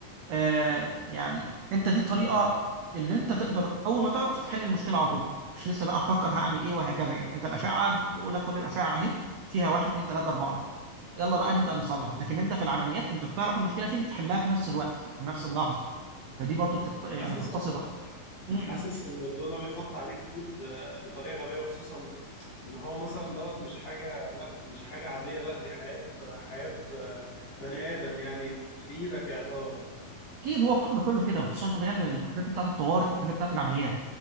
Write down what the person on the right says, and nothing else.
آه يعني انت دي الطريقه اللي انت تقدر اول ما تعرف تحل المشكله على طول مش لسه بقى تفكر هعمل ايه وهكذا يعني انت الاشعه بيقول لك خد الاشعه اهي فيها واحد اتنين تلاته اربعه يلا بقى نبدا نصلح لكن انت في العمليات انت بتعرف المشكله فين تحلها في نفس الوقت في نفس اللحظه فدي برضو بتخت... يعني
بتختصر وقت م-
م.
اكيد هو الطب كله كده وخصوصا كمان الحاجات بتاعت الطوارئ الحاجات بتاعت العمليات